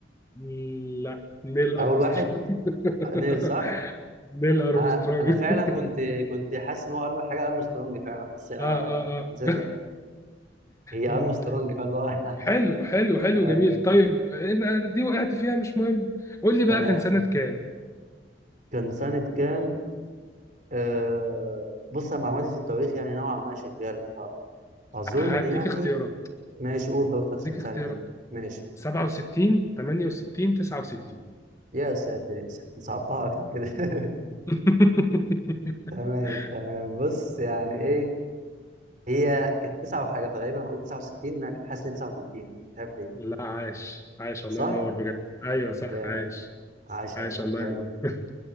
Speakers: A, on the left; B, on the right.
A: لا نيل ارمسترونج
B: اول واحد
A: <laughs>
B: نيل صح
A: نيل ارمسترونج
B: انا أنا فعلا
A: <laughs>
B: كنت كنت حاسس ان هو أرم... حاجه ارمسترونج فعلا بس أنا
A: اه اه
B: نسيتها
A: اه <laughs>
B: هي ارمسترونج
A: مم.
B: فاللي هو <laughs>
A: حلو حلو حلو
B: تمام
A: جميل طيب آه، دي وقعت فيها مش مهم قول لي
B: تمام
A: بقى كان سنه كام
B: كان سنه كام آه... بص أنا معلوماتي في التواريخ يعني نوعا ما شغاله فاظن
A: هديك
B: يعني
A: اختيارات
B: ماشي قول طب اختار سهل
A: هديك اختيارات
B: الدنيا ماشي قول.
A: 67 68 69
B: يا ساتر يا ساتر صعبتها اكتر كده <laughs>
A: <laughs>
B: تمام تمام بص يعني ايه هي كانت تسعة وحاجة فغالبا هقول 69 انا كنت حاسس ان هي 69 مش عارف ليه
A: لا عايش عايش الله
B: صح؟
A: ينور بجد ايوه صح
B: جامد
A: عايش
B: عاش قوي
A: عايش الله
B: حلو
A: ينور <laughs>